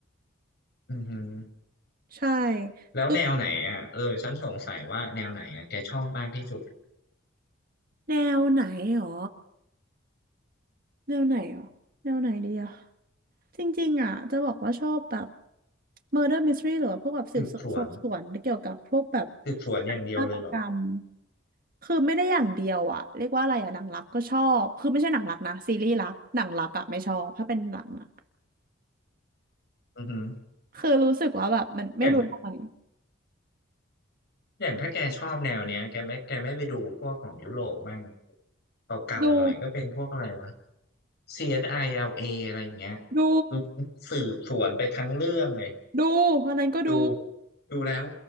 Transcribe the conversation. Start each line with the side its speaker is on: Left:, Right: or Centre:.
Left: อือหือ
Right: ใช่
Left: แล้วแนวไหนอ่ะเออฉันสงสัยว่าแนวไหนอ่ะแกชอบมากที่สุด
Right: คือแนวไหนหรอ แนวไหนอ่ะแนวไหนดีอ่ะจริงๆอ่ะจะบอกว่าชอบแบบ murder mystery หรือว่าพวกแบบสืบสวนสอบสวนเกี่ยวกับพวกแบบ
Left: สืบสวนสืบสวนอย่างเดียวเลยเหรอ
Right: การฆาตกรรมคือไม่ได้อย่างเดียวอ่ะเรียกว่าอะไรอ่ะหนังรักก็ชอบคือไม่ใช่หนังรักนะซีรีส์รักหนังรักอ่ะไม่ชอบถ้าเป็นหนังอ่ะ
Left: อือหือ
Right: คือรู้สึกว่าแบบมันไม่รู้ทำไม
Left: อย่างอย่างถ้าแกชอบแนวเนี้ยแกไม่แกไม่ไปดูพวกของยุโรปมั่งเก่าๆหน่อยก็เป็นพวกอะไรวะ
Right: ดู
Left: CSILA อสไอแอลเออะไรอย่างเงี้ย
Right: ดู
Left: คือสืบสวนไปทั้งเรื่องเลย
Right: ดูอันนั้นก็ดู
Left: ดูดูแล้ว